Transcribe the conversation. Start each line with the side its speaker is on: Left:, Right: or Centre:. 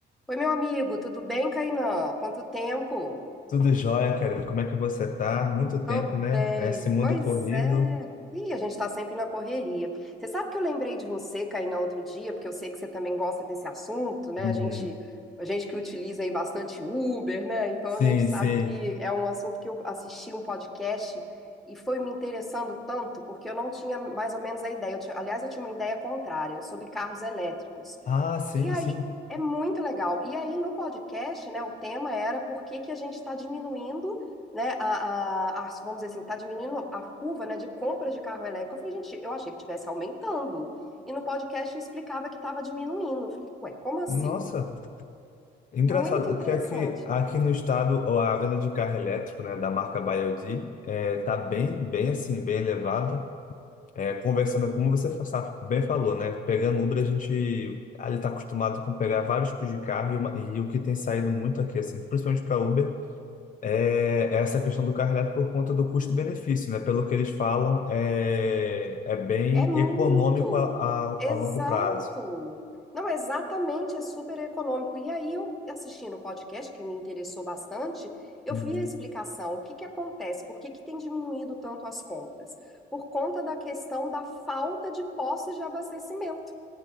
Centre: Oi, meu amigo, tudo bem, Kainan? Quanto tempo?
Left: Tudo jóia, Karina. Como é que você tá? Muito
Centre: Tô
Left: tempo,
Centre: bem.
Left: né? Esse mundo
Centre: Pois
Left: corrido.
Centre: é. Ih, a gente tá sempre na correria. Você sabe que eu lembrei de você, Kainá, outro dia, porque eu sei que você também gosta desse assunto, né?
Left: Uhum.
Centre: A gente, a gente que utiliza aí bastante Uber, né? Então
Left: Sim,
Centre: a gente sabe
Left: sim.
Centre: que é um assunto que eu assisti um podcast e foi me interessando tanto, porque eu não tinha mais ou menos a ideia. Eu tinha- aliás, eu tinha uma ideia contrária sobre carros elétricos.
Left: Ah, sim,
Centre: E aí,
Left: sim.
Centre: é muito legal. E aí no podcast, né, o tema era por que que a gente está diminuindo né, a, a, a- vamos dizer assim, tá diminuindo a curva, né, de compra de carro elétrico. Eu falei, gente, eu achei que tivesse aumentando. E no podcast eu explicava que estava diminuindo. Eu falei, ué, como assim?
Left: Nossa, engraçado
Centre: Muito interessante.
Left: que aqui, aqui no estado ó, a venda de carro elétrico, né, da marca BYD, é, tá bem, bem assim, bem elevada. É, conversando, como você fa- sa- bem falou, né, pegando Uber a gente ali tá acostumado com pegar vários tipos de carro e, uma- e o que tem saído muito aqui, assim, principalmente para Uber. É essa questão do carro elétrico por conta do custo-benefício, né? Pelo que eles falam, é, é bem
Centre: É muito.
Left: econômico a, a, a
Centre: Exato.
Left: longo prazo.
Centre: Não, exatamente, é super econômico. E aí eu assistindo o podcast, que me interessou bastante, eu
Left: Uhum,
Centre: fui a explicação, o que que acontece, por que que tem diminuído tanto as compras? Por conta da questão da falta de postos de abastecimento.